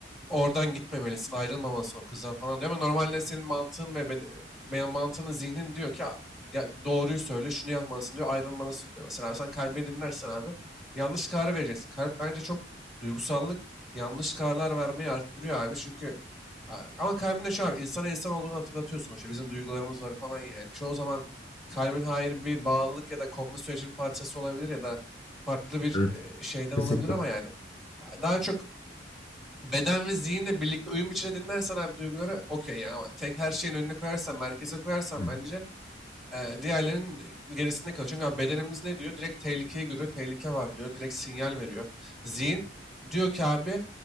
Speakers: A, in the centre; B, on the left (about 35°).
A: Oradan gitmemelisin, ayrılmamalısın o kızdan falan diyor. Ama normalde senin mantığın ve bede- veya mantığının zihnin diyor ki "Aa, ya doğruyu söyle, şunu yapmalısın diyor, ayrılmalısın diyor. Mesela sen kalbini dinlersen abi yanlış kararı vereceksin. Kalp bence çok duygusallık yanlış kararlar vermeyi arttırıyor abi. Çünkü a- ama kalbinde şu abi insana insan olduğunu hatırlatıyor sonuçta. Bizim duygularımız var falan yani. Çoğu zaman kalbin hayır bir bağlılık ya da kopma sürecinin parçası olabilir ya da farklı bir
B: evet,
A: e, şeyden
B: kesinlikle.
A: olabilir ama yani. Ya Daha çok Beden ve zihinle birlikte uyum içine dinlersen abi duyguları okey ya ama tek her şeyin önüne koyarsan, merkeze koyarsan
B: Evet.
A: bence e, diğerlerinin gerisinde kalıyor. Çünkü abi bedenimiz ne diyor? Direkt tehlikeyi görüyor, tehlike var diyor, direkt sinyal veriyor. Zihin diyor ki abi